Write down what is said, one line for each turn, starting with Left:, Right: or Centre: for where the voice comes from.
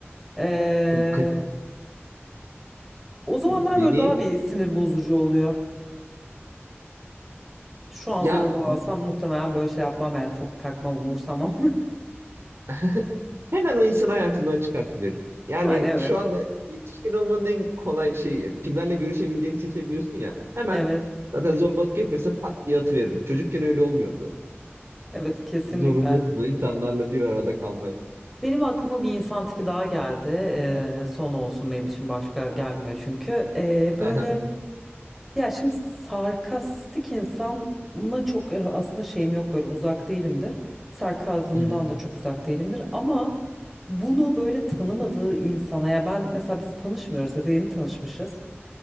Centre: Ee,
Right: Ka-
Centre: o zamanlar
Right: Beni
Centre: böyle daha bir sinir bozucu oluyor. Şu an
Right: ya
Centre: zorbalansam muhtemelen böyle şey yapmam yani çok takmam umursamam. <laughs>
Right: <laughs> Hemen o insan hayatından çıkartıverir. Yani
Centre: Yani evet
Right: şu anda yetişkin olmanın en kolay şeyi, kimlerle görüşebileceğini seçebiliyorsun ya. Hemen
Centre: evet
Right: zaten zorbalık yapıyorsa pat diye atıveririm. Çocukken öyle olmuyordu.
Centre: evet kesinlikle.
Right: Zorundasın o insanlarla bir arada kalmaya.
Centre: Benim aklıma bir insan tipi daha geldi. Ee, son olsun benim için başka gelmiyor çünkü. Ee, böyle
Right: <laughs> Hı
Centre: ya şimdi sarkastik insana çok e, aslında şeyim yok böyle uzak değilimdir. Sarkazmdan
Right: hı,
Centre: da çok uzak değilimdir ama bunu böyle tanımadığı insana ya ben mesela biz tanışmıyoruz ya da yeni tanışmışız.